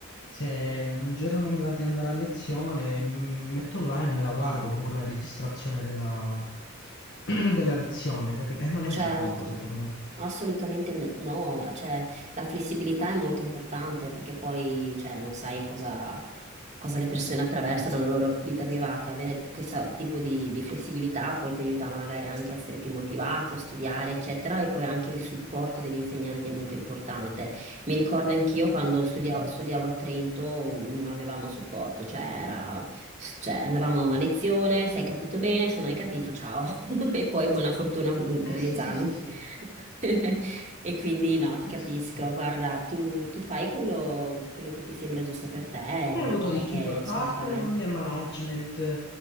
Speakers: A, on the left; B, on the right.
A: Se un giorno non mi va di andare a lezione, mi metto là e me la guardo comunque la registrazione della, <clears throat> della lezione, capito? E non
B: certo.
A: è da poco, secondo me.
B: Assolutamente me- no, cioè la flessibilità è molto importante perché poi cioè, non sai cosa, cosa le persone attraversano nella loro vita privata. Avere t- questo tipo di, di flessibilità poi ti aiuta magari anche a essere più motivato, a studiare, eccetera, e poi anche il supporto degli insegnanti è molto importante. Mi ricordo anch'io quando studiavo,
A: Sì, sì.
B: studiavo a Trento non avevamo supporto, cioè, era- cioè, andavamo a lezione, se hai capito bene, se non hai capito, ciao, <laughs> e poi buona fortuna mm, per
A: Eh
B: gli
A: sì,
B: esami.
A: sì, sì, sì.
B: <laughs> E quindi no, ti capisco.
A: Eh sì, sì.
B: Guarda, tu, tu fai quello, quello che ti sembra giusto per te e
A: Hai
B: vedrai
A: avuto difficoltà
B: che ce la farai.
A: con economia e management?